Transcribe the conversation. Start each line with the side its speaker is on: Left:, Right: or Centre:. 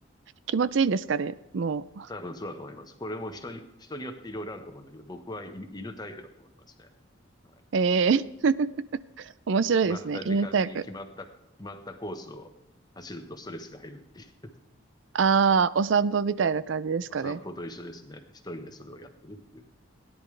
Right: 気持ちいいんですかね、もう。
Left: 多分そうだと思います。これも人に、人によっていろいろあると思うんだけど、僕は犬犬タイプだと思いますね。はい。
Right: ええ、<laughs> 面白いですね。
Left: 決まった時間に決まった、
Right: 犬タイプ。
Left: 決まったコースを走るとストレスが減るっていう。
Right: ああ、お散歩みたいな感じですかね。
Left: お散歩と一緒ですね。一人でそれをやってるっていう。